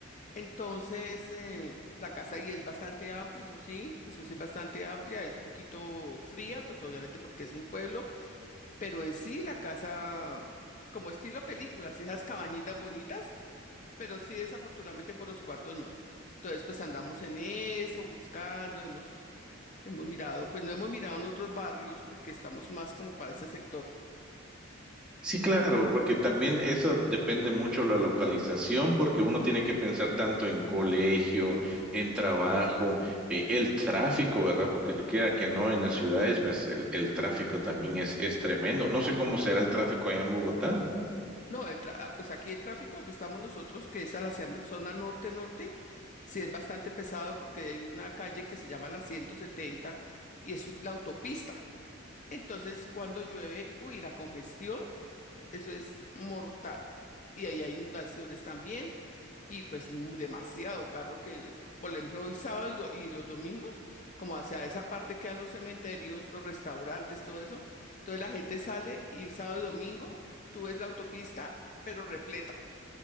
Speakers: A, on the left; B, in the centre.
A: Entonces, eh, la casa ahí es bastante amplia, eso sí, eso sí es bastante amplia, es poquito fría, pues obviamente porque es un pueblo, pero en sí la casa, como estilo películas, esas cabañitas bonitas. Pero sí, desafortunadamente por los cuartos no. Entonces, pues andamos en eso, buscando, hemos, hemos mirado, pues no hemos mirado en otros barrios porque estamos más como para ese sector.
B: Sí, claro, porque también eso depende mucho de la localización, porque uno tiene que pensar tanto en colegio, en trabajo, eh, el tráfico, ¿verdad? Porque quiera que no, en las ciudades, pues el, el tráfico también es, es tremendo. No sé cómo será el tráfico allá en Bogotá.
A: No, el tra- ah, pues aquí el tráfico donde estamos nosotros, que es a la hacia- no, zona norte-norte, sí es bastante pesado porque hay una calle que se llama la 170 y es la autopista. Entonces, cuando llueve, uy, la congestión, eso es mortal. Y ahí hay inundaciones también. Y pues mm, demasiado carro que, por ejemplo, hoy sábado y, do- y los domingos, como hacia esa parte quedan los cementerios, los restaurantes, todo eso. Entonces la gente sale y sábado y domingo tú ves la autopista, pero repleta,